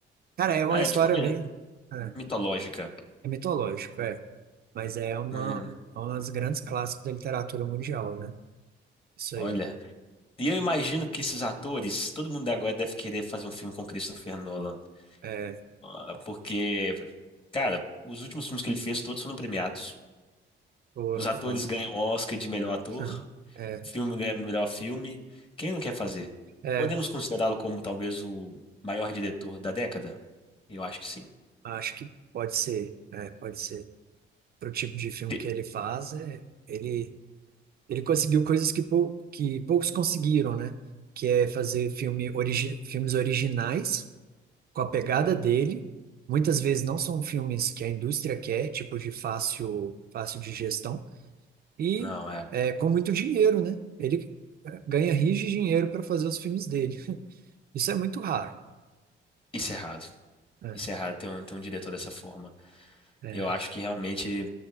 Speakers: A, on the right; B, on the left.
A: Cara, é uma
B: ah, é
A: história
B: tipo mi-
A: bem. É,
B: mitológica.
A: é mitológico, é. Mas é uma,
B: Hum.
A: é uma das grandes clássicos da literatura mundial, né? Isso
B: Olha,
A: aí.
B: e eu imagino que esses atores, todo mundo agora deve querer fazer um filme com Christopher Nolan,
A: É,
B: Ah, porque, cara, os últimos filmes que ele fez todos foram premiados.
A: foram,
B: Os atores
A: foram.
B: ganham Oscar de melhor ator,
A: <laughs> É,
B: filme ganha melhor filme. Quem não quer fazer?
A: é,
B: Podemos considerá-lo como talvez o maior diretor da década? Eu acho que sim.
A: acho que pode ser. É, pode ser. Pro tipo de filme
B: Pe-
A: que ele faz, é, ele Ele conseguiu coisas que, pou, que poucos conseguiram, né? Que é fazer filme origi, filmes originais com a pegada dele. Muitas vezes não são filmes que a indústria quer, tipo de fácil, fácil de gestão. E
B: Não, é,
A: é, com muito dinheiro, né? Ele é, ganha rios de dinheiro para fazer os filmes dele. Isso é muito raro.
B: isso é errado.
A: É,
B: Isso é errado ter um, ter um diretor dessa forma.
A: é,
B: Eu acho que realmente